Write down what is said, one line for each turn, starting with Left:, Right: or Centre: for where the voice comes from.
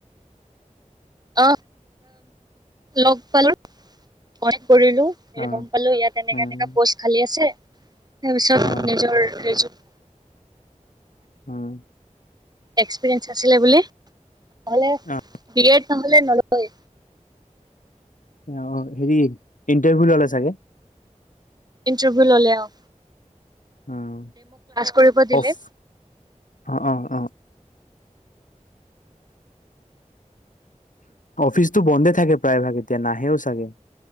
Right: অ লগ পালো জইন কৰিলো।
Left: অ
Right: গম পালো ইয়াত এনেকা
Left: উম,
Right: এনেকা পষ্ট খালী আছে তাৰ পিছত
Left: অ',
Right: নিজৰ ৰেজুই
Left: উম।
Right: এক্সপিৰিয়েঞ্চ আছিলে বুলে নহ'লে
Left: অ',
Right: বি এড নহ'লে নলয়।
Left: অ অ হেৰি ইণ্টাৰভিউ ললে চাগে?
Right: ইণ্টৰভিউ ললে অ।
Left: উম
Right: কৰিব দিলে
Left: অফ অ অ অ। অফিচটো বন্ধে থাকে প্ৰায় ভাগ এতিয়া নাহেও চাগে